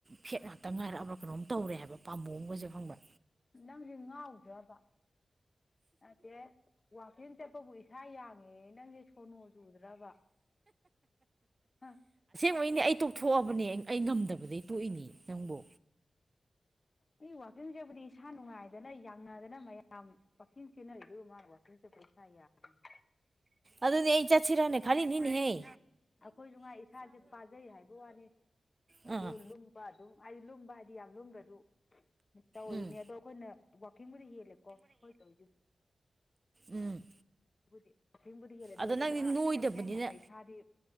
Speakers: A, on the right; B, on the left.
A: ꯐꯦꯠ ꯉꯥꯛꯇ ꯉꯥꯏꯔꯛꯑꯕ ꯀꯩꯅꯣꯝ ꯇꯧꯔꯦ ꯍꯥꯏꯕ ꯄꯥꯝꯕꯣꯝ ꯃꯣꯏꯖꯦ ꯈꯪꯕ꯭ꯔ
B: ꯅꯪꯁꯦ ꯉꯥꯎꯗ꯭ꯔꯕ ꯅꯠꯇꯦ ꯋꯥꯀꯤꯡ ꯆꯠ ꯏꯁꯥ ꯌꯥꯡꯉꯦꯌꯦ ꯅꯪꯁꯦ ꯁꯣꯟꯅꯣ ꯆꯨꯗ꯭ꯔꯕ ꯍꯪ
A: ꯅꯣꯏꯅꯦ ꯑꯩ ꯇꯣꯛꯊꯣꯛꯑꯕꯅꯦ ꯑꯩ ꯉꯝꯗꯕꯗꯒꯤ ꯇꯣꯛꯏꯅꯤ ꯅꯪꯕꯣ
B: ꯑꯩꯅ ꯋꯥꯥꯛꯀꯤꯡ ꯆꯦꯟꯕꯗꯤ ꯏꯁꯥ ꯅꯨꯡꯉꯥꯏꯗꯅ ꯌꯥ ꯅꯨꯉꯥꯏꯗꯅ ꯃꯌꯥꯝ ꯋꯥꯛꯀꯤꯡ ꯆꯦꯟꯅꯔꯤꯁꯤꯕꯨ ꯃꯥ ꯋꯥꯋꯀꯤꯡ ꯆꯠꯄ ꯏꯁꯥ ꯌꯥꯡꯉꯤ
A: ꯑꯗꯨꯗꯤ ꯑꯩ ꯆꯠꯁꯤꯔꯅ ꯈꯜꯂꯤꯅꯤ ꯅꯦꯍꯦ
B: ꯑꯩꯈꯣꯏꯁꯨ ꯉꯥꯏ ꯏꯁꯥꯁꯦ ꯄꯥꯖꯩ ꯍꯥꯏꯕ ꯋꯥꯅꯤ ꯑꯗꯨ
A: ꯑꯥ
B: ꯂꯨꯝꯕ ꯑꯗꯨꯝ ꯍꯥꯏꯗꯤ ꯂꯨꯝꯕ ꯍꯥꯏꯗꯤ ꯌꯥꯝ ꯂꯨꯝꯗ꯭ꯔꯁꯨ ꯇꯧꯔꯤꯅꯦ
A: ꯎꯝ
B: ꯑꯗꯣ ꯑꯩꯈꯣꯏꯅ ꯋꯥꯛ ꯀꯤꯡꯕꯨꯗꯤ ꯍꯦꯜꯂꯦꯀꯣ ꯑꯩꯈꯣꯏ ꯇꯩꯖꯨ
A: ꯎꯝ
B: ꯕꯨꯗꯤ ꯀꯤꯡꯕꯨꯗꯤ ꯍꯦꯜꯂꯦꯗꯣ
A: ꯑꯗꯣ ꯅꯪꯗꯤ
B: ꯁꯤꯅ
A: ꯅꯣꯏꯗꯕꯅꯤꯅ
B: ꯀꯨꯞꯅꯣꯝꯅꯤꯅ ꯏꯁꯥꯗꯤ